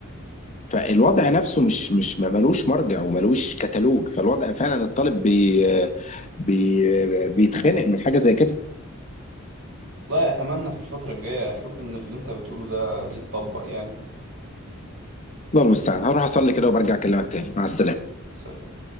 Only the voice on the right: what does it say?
والله أتمنى في الفترة الجاية أشوف إن اللي أنت بتقوله ده بيتطبق يعني
سلام